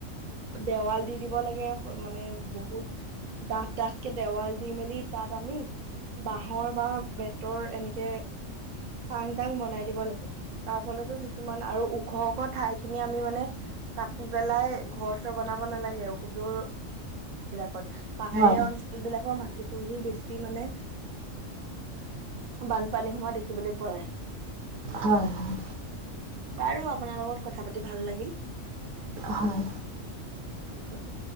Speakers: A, on the right (about 45°); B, on the right (about 85°).
A: দেৱাল দি দিব লাগে মানে বহুত ডাঠ ডাঠকে দেৱাল দি মেল। লি তাত আমি বাহৰ বা বেতৰ এনেকে। চাং তাং বনাই দিব লাগে তাৰ ফলতো কিছুমান আৰু ওখ ওখ। ঠাই খিনি আমি মানে কাটি পেলাই ঘৰ চৰ বনাব নালাগে যৰ খত পাহাৰীয়া
B: হয়
A: অঞ্চল বিলাকৰ মাটিত। পহি বেছি মানে বানপানী হোৱা দেখিবলৈ পোৱা যায়।
B: হয় হয়।
A: বাৰু আপোনাৰ লগত কথা পাতি ভাল লাগিল।
B: হয়।
A: অ বদি।